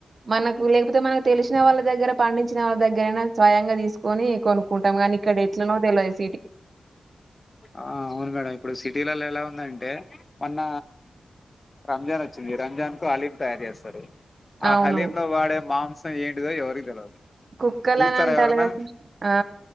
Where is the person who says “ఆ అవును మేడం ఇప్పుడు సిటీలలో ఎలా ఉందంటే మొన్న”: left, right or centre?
Left